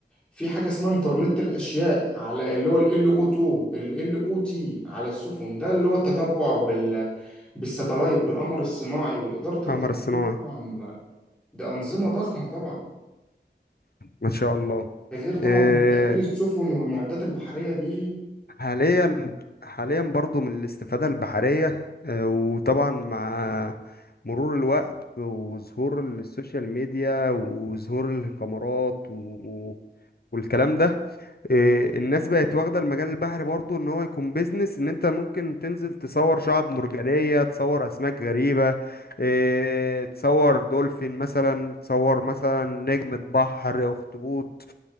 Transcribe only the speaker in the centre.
في حاجة اسمها انترنت الاشياء على اللي هو ال LO2 ال LOT على السفن ده اللي هو التتبع بال بالستلايت بالقمر الصناعي وإدارة
الأساطير
طبعا ده أنظمة ضخمة طبعا
ده غير طبعا
تأثير السفن والمعدات البحرية دي